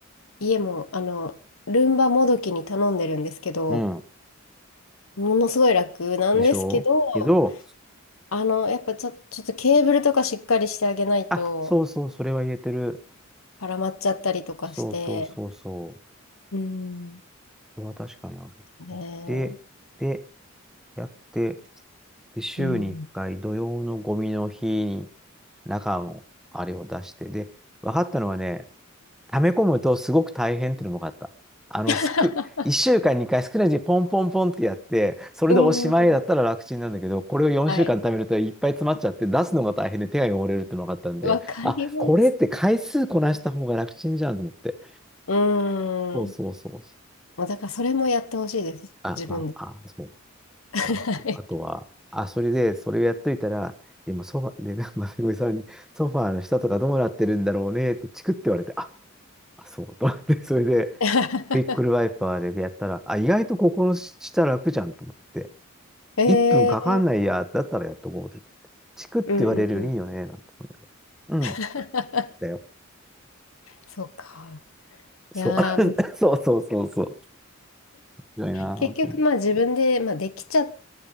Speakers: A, on the left; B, in the centre.
A: 家も、あの、ルンバもどきに頼んでるんですけど、
B: うん。
A: ものすごい楽なんですけど、
B: でしょうけど、
A: あの、やっぱちょ、ちょっとケーブルとかしっかりしてあげないと
B: あ、そうそう、それは言えてる。
A: 絡まっちゃったりとかして、
B: そうそうそうそう。
A: うん。
B: それは確かにある。
A: ね
B: で、で、やって、で、週に1回、
A: えうん。
B: 土曜のゴミの日に中のあれを出して、で、分かったのはね、溜め込むとすごく大変っていうのも分かった。あの、
A: <laughs>
B: すく、1週間に2回少ないうにポンポンポンってやって、それでおしまいだったら楽ちんなんだけど、
A: え。うん。
B: これを4週間溜めるといっぱい詰まっちゃって、
A: はい。
B: 出すのが大変で手が汚れるっていうのが分かったんで、
A: わかります。
B: あ、これって回数こなした方が楽ちんじゃんと思って。
A: う
B: そうそうそう。
A: ん。もうだからそれもやってほしいです。
B: あ、
A: 自分で。
B: まあ、あ、そう。
A: はい
B: で、あと、あとは、あ、それで、それをやっといたら、でもソファ、で、<laughs> まさみさんに、ソファーの下とかどうなってるんだろうねってチクって言われて、あ、あ、そうと思って、それで、
A: <laughs>
B: クイックルワイパーでやったら、あ、意外とここの下楽じゃんと思って、
A: えー、
B: 1分かかんないや、だったらやっとこうと思って。チクって言われるよりいいよね、
A: うんうんうん。
B: なんて思いながら。うん。
A: <laughs>
B: だよ。
A: そうか。いやー、
B: そう。<laughs>
A: うん
B: そうそうそうそう。強いな、
A: 結局まあ自分で、
B: 本当に。
A: まあ、できちゃ、